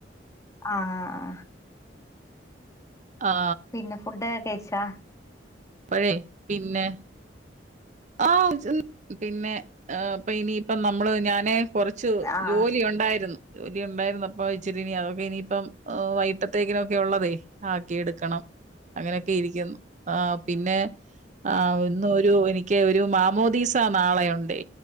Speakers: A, on the left (about 15°); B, on the right (about 40°).
A: ആ ആ ആ
B: ആ
A: പിന്നെ ഫുഡുക്കെ കഴിച്ചേ
B: പ്പഴേ പിന്നെ ആ പിന്നെ ഇനിയിപ്പ നമ്മള് ഞാന് കുറച്ച്
A: ആ
B: ജോലി ഉണ്ടായിരുന്നു ജോലി ഉണ്ടായിരുന്നപ്പ ഇച്ചിരി ഇനി അതൊക്കെ ഇനിയിപ്പം വൈകിട്ടത്തേക്കിനൊക്കെ ഉള്ളതെ ആക്കി എടുക്കണം അങ്ങനെയൊക്കെയിരിക്കുന്നു ആ പിന്നെ ആ ഇന്നൊരു എനിക്ക് ക്കെ ഒരു മാമോദീസ നാളെയുണ്ടേ